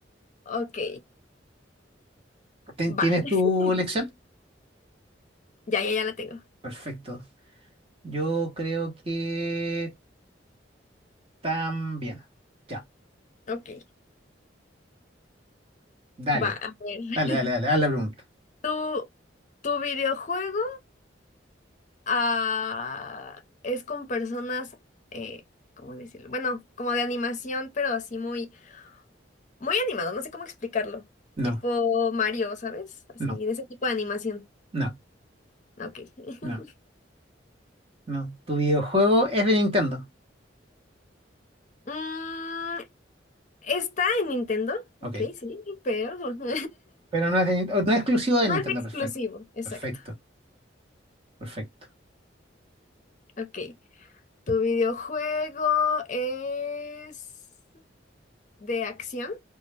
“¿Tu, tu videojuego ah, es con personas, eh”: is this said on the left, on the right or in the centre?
Left